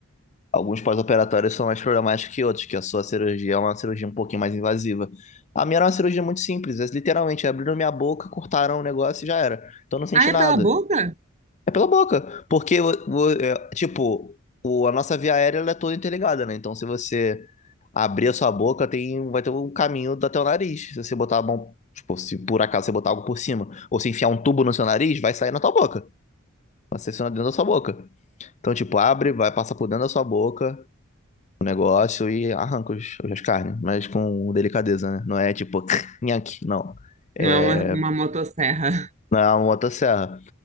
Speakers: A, on the left; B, on the right.
A: Alguns pós-operatórios são mais problemáticos que outros, que a sua cirurgia é uma cirurgia um pouquinho mais invasiva. A minha era uma cirurgia muito simples. Eles literalmente abriram minha boca, cortaram o negócio e já era. Então eu não senti
B: Ah, é
A: nada.
B: pela boca?
A: É pela boca, porque, o- o- é, tipo, o- a nossa via aérea ela é toda interligada, né? Então, se você abrir a sua boca, tem, vai ter um caminho até o nariz. Se você botar a mão, tipo, se por acaso você botar algo por cima, ou se enfiar um tubo no seu nariz, vai sair na tua boca, vai sair dentro da sua boca. Então, tipo, abre, vai passar por dentro da sua boca o negócio e arranca os, as carnes, mas com delicadeza, né? Não é tipo, <laughs> nhaque, não. É
B: Não é uma, uma motosserra.
A: na motosserra.